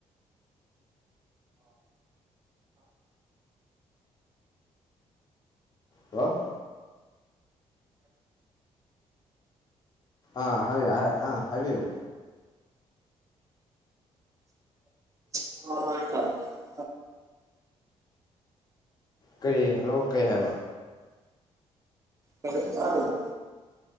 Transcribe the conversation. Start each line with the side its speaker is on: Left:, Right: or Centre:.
Left: ꯍꯜꯂꯣ ꯑꯥ ꯍꯥꯏ <unintelligible> ꯑ ꯍꯥꯏꯕꯤꯌꯨ
Right: <unintelligible>
Left: ꯀꯔꯤ ꯍꯜꯂꯣ ꯀꯩ ꯍꯥꯏꯕ
Right: ꯍꯜꯂꯣ ꯇꯥꯗ꯭ꯔꯣ